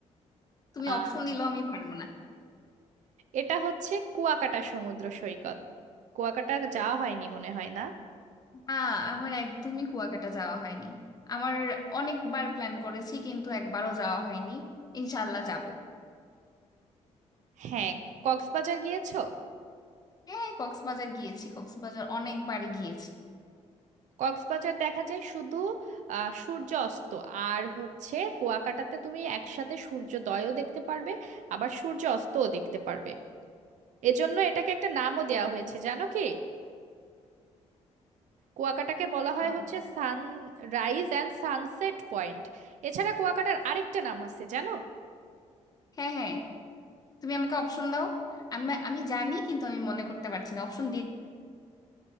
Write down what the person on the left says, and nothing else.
তুমি
অপশন দিলেও আমি পারবো না
আ আমার একদমই কুয়াকাটা যাওয়া হয়নি আমার অনেকবার প্ল্যান করেছি কিন্তু একবারও যাওয়া হয়নি ইনশাল্লাহ যাব
হ্যাঁ কক্সবাজার গিয়েছি কক্সবাজার অনেকবারই গিয়েছি
আহ,
হ্যাঁ হ্যাঁ তুমি আমাকে অপশন দাও আমি আমি জানি কিন্তু আমি মনে করতে পারছি না অপশন দিয়ে